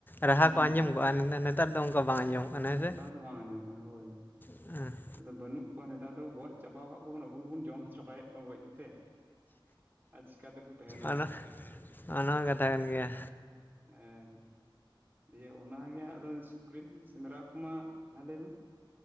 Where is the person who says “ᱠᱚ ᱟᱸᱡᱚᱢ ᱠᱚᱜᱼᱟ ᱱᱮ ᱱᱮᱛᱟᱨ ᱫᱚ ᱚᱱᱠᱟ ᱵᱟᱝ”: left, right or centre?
Left